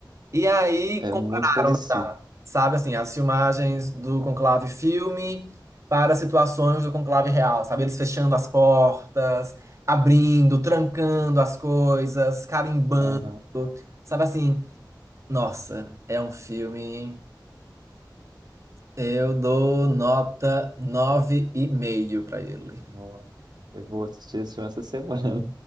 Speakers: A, on the right; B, on the right.
A: E aí
B: É
A: compararam,
B: muito parecido.
A: tá? Sabe assim, as filmagens do conclave filme para situações do conclave real, sabe? Eles fechando as portas, abrindo, trancando as coisas, carimbando,
B: Aham.
A: sabe assim? Nossa, é um filme. Eu dou nota nove e meio para ele.
B: Nossa. Eu vou assistir esse filme essa semana.